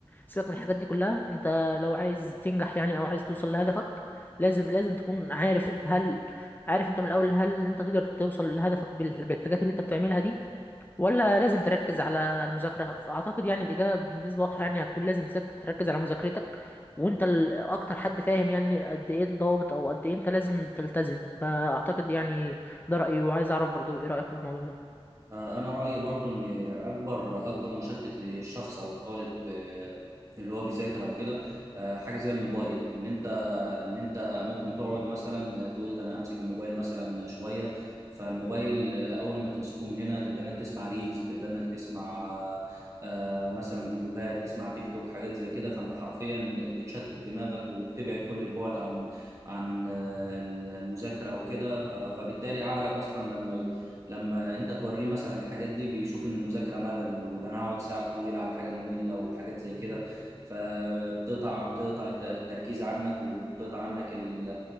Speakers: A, on the left (about 20°); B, on the right (about 30°).
A: سيبك من الحاجات دي كلها انت لو عايز تنجح يعني او عايز توصل لهدفك لازم لازم تكون عارف هل عارف انت من الاول هل انت تقدر توصل لهدفك بال- بالحاجات اللي انت بتعملها دي ولا لازم تركز على المذاكرة أعتقد يعني الإجابة بالنسبة واضحة يعني هتكون لازم تك- تركز على مذاكرتك وأنت ال- أكتر حد فاهم يعني قد إيه الضوابط أو قد إيه أنت لازم تلتزم فأعتقد يعني ده رأيي وعايز أعرف برضو إيه رأيك في الموضوع ده
B: انا رايي برضو ان اكبر اكبر مشتت للشخص او الطالب آه، اللي هو بيذاكر او كده آه، حاجه زي الموبايل ان انت ان انت ممكن تقعد مثلا تقول ده انا همسك الموبايل مثلا شويه فالموبايل آه، اول ما تمسكه من هنا تبدا انك تسمع ريلز تبدا انك تسمع آه، آه، مثلا فيديوهات تسمع تيك توك حاجات زي كده فانت حرفيا بتشتت دماغك وبتبعد كل البعد عن عن آه، المذاكره وكده آه، فبالتالي عقلك اصلا لما ي- لما انت توريه مثلا الحاجات دي بيشوف ان المذاكره ملل وده انا هقعد ساعات طويله على حاجه ممله وحاجات زي كده فبتقطع بتقطع الت- التركيز عنك وبتقطع عنك ال...